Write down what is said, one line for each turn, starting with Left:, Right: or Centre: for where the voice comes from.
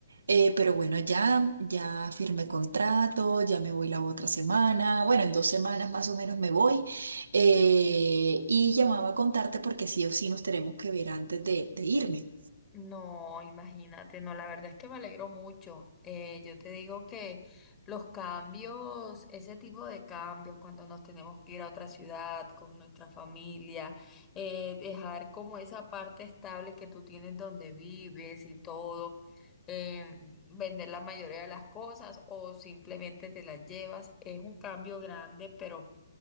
Right: Eh, pero bueno, ya, ya firmé contrato, ya me voy la otra semana, bueno, en dos semanas más o menos me voy. Eh, y llamaba a contarte porque sí o sí nos tenemos que ver antes de, de irme.
Left: No, imagínate, no, la verdad es que me alegro mucho. Eh, yo te digo que los cambios, ese tipo de cambios, cuando nos tenemos que ir a otra ciudad con nuestra familia, eh, dejar como esa parte estable que tú tienes donde vives y todo, eh, vender la mayoría de las cosas o simplemente te las llevas, es un cambio grande, pero